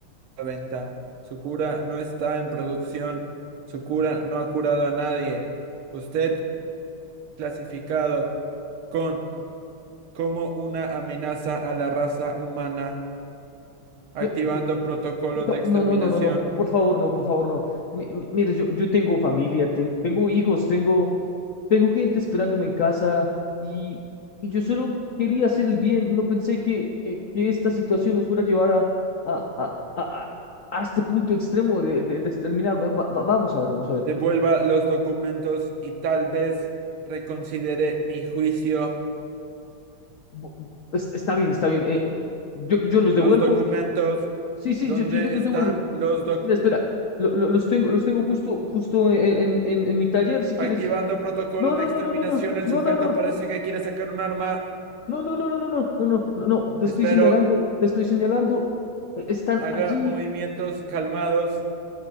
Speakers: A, on the right (about 80°); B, on the left (about 75°).
A: a la venta. Su cura no está en producción. Su cura no ha curado a nadie. Usted clasificado con como una amenaza a la raza humana, activando
B: Pe- pe-
A: protocolos
B: No,
A: de exterminación.
B: no, no, no, no, no, po- por favor, no, por favor, no. Mi- mi- Mire, yo, yo tengo familia, ten- tengo hijos, tengo, tengo gente esperándome en casa y, y yo solo quería hacer el bien, no pensé que, que, que esta situación nos fuera a llevar a, a, a, a, a- a este punto extremo de, de, de exterminarme. Va- va- vamos a ver, vamos a ver.
A: Devuelva los documentos y tal vez reconsidere mi juicio.
B: Bu- es- Está bien, está bien. eh, yo, yo los
A: Los
B: devuelvo
A: documentos,
B: Sí, sí,
A: ¿dónde
B: yo, yo, yo los
A: están
B: devuelvo.
A: los documentos?
B: Espera, espera. Lo- lo- los tengo, los tengo justo, justo en, en, en, en mi taller, si quieres.
A: Activando protocolo
B: No,
A: de
B: no,
A: exterminación,
B: no, no, no, no,
A: el
B: no,
A: sujeto
B: no, no,
A: parece que quiere sacar un arma.
B: no, no, no, no, no, no, no, no, no, no, te
A: Espero
B: estoy señalando, te estoy señalando. eh, Están
A: haga
B: allí.
A: movimientos calmados.